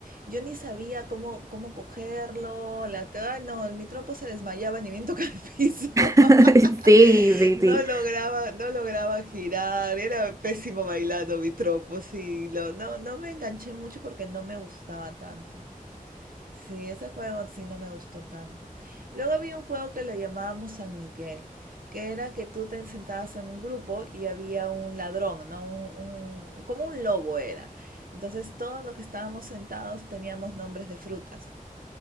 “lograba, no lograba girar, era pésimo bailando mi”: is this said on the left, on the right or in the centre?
Right